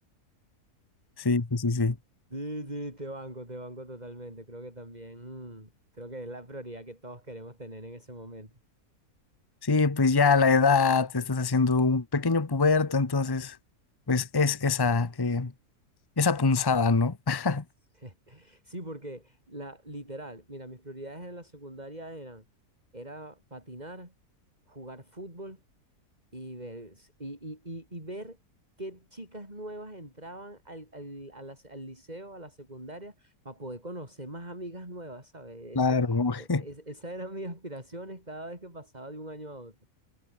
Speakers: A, on the left; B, on the right.
A: Sí, sí, sí, sí.
B: Sí, sí, te banco, te banco totalmente. Creo que también, mm, creo que es la prioridad que todos queremos tener en ese momento.
A: Sí, pues ya la edad, te estás haciendo un pequeño puberto, entonces, pues es esa, eh, esa punzada, ¿no? <laughs>
B: <laughs> Sí, porque la literal, mira, mis prioridades en la secundaria eran, era patinar, jugar fútbol y ver, y, y, y, y ver qué chicas nuevas entraban al, al, a la- al liceo, a la secundaria, para poder conocer más amigas nuevas, ¿sabes?
A: Claro.
B: Ese- e-
A: <laughs>
B: es- esas eran mis aspiraciones cada vez que pasaba de un año a otro.